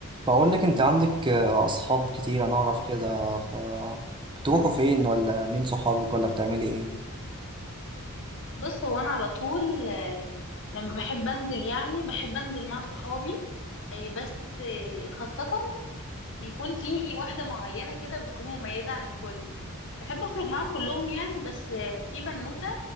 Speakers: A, on the right; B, on the left.
A: بقول لك انت عندك آه، اصحاب كتير انا اعرف كده ف بتروحوا فين ولا مين صحابك ولا بتعملي ايه
B: بص هو انا على طول آه، لما بحب انزل يعني بحب انزل مع صحابي آه، بس آه، خاصة بيكون في واحدة معينة كده بتكون مميزة عن الكل بحب اخرج معاهم كلهم يعني بس آه، في بنوتة